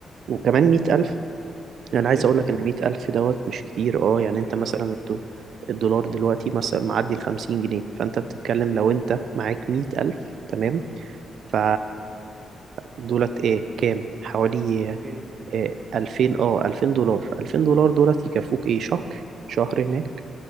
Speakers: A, on the right; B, on the right.
A: وكمان مية ألف
B: قليله
A: أنا عايز أقولك إن مية ألف دوت مش كتير أه يعني
B: قليله
A: أنت مثلا
B: اه بالظبط
A: الدو- الدولار دلوقتي مثلا معدي الخمسين جنيه فأنت بتتكلم لو أنت معاك مية ألف تمام ف دولت إيه كام حوالي
B: 2000
A: إيه ألفين أه ألفين دولار ألفين دولار دولت يكفوك إيه شهر شهر هناك